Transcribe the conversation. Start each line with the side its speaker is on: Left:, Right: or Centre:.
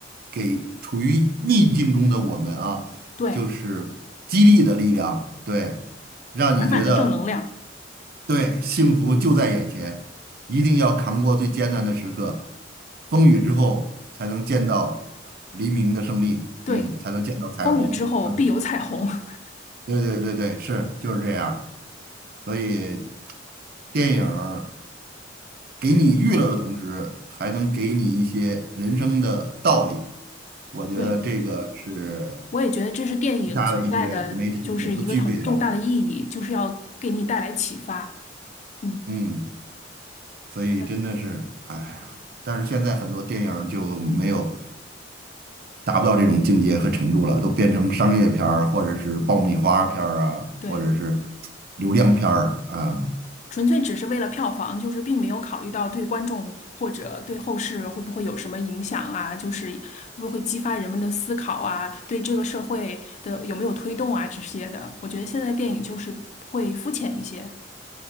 Right: 给处于逆境中的我们啊，
Left: 对，
Right: 就是激励的力量，对，让你觉得
Left: 满满的正能量。
Right: 对幸福就在眼前，一定要扛过最艰难的时刻，风雨之后才能见到黎明的胜利，
Left: 对，
Right: 嗯，才能见到彩虹。
Left: 风雨之后必有彩虹。
Right: 嗯
Left: <laughs>
Right: 对对对对，是就是这样。所以电影儿给你娱乐的同时，还能给你一些人生的道理。我觉得这个是
Left: 对，我也觉得这是电影存在的，
Right: 其他的一些媒体所不具备的。
Left: 就是一个很重大的意义，就是要给你带来启发。嗯，
Right: 嗯，所以真的是，
Left: 呃
Right: 哎呀，但是现在很多电影儿就没有达不到这种境界和程度了，都变成商业片儿，或者是爆米花片儿啊，
Left: 对，
Right: 或者是流量片儿啊。
Left: 纯粹只是为了票房，就是并没有考虑到对观众或者对后世会不会有什么影响啊，就是会不会激发人们的思考啊，对这个社会的有没有推动啊这些的。我觉得现在电影就是会肤浅一些。